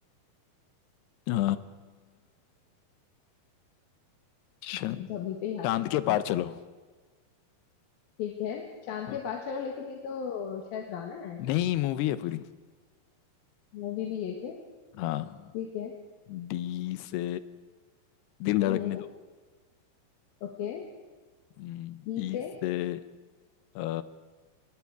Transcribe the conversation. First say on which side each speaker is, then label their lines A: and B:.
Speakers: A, on the left; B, on the left.
A: आ, शन-
B: तो अभी से ही हार
A: चांद
B: मान
A: के पार
B: गए
A: चलो
B: ठीक है चांद
A: अ,
B: के पार चलो लेकिन ये तो शायद गाना है
A: नहीं मूवी है पूरी
B: मूवी भी है क्या
A: हाँ
B: ठीक है
A: डी से दिल धड़कने
B: हम्म
A: दो
B: ओके
A: हम्म,
B: ई
A: ई
B: से
A: से अ,